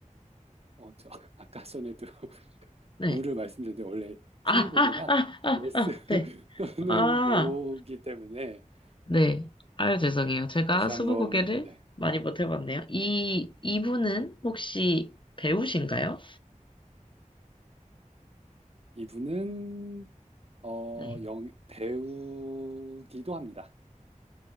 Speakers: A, on the right (about 50°); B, on the left (about 40°).
A: 어, 저, <laughs> 아까 전에도 <laughs>
B: 네.
A: 룰을 말씀드렸는데, 원래
B: 아,
A: 스무고개가
B: 아, 아,
A: 예스
B: 아, 아,
A: <laughs>
B: 네.
A: 또는
B: 아,
A: 로우기 때문에,
B: 네.
A: 네.
B: 아유, 죄송해요. 제가
A: 다시
B: 스무고개를
A: 한번, 네.
B: 많이 못 해봤네요. 이, 이분은 혹시 배우신가요?
A: 네. 이분은, 어,
B: 네.
A: 영, 배우기도 합니다.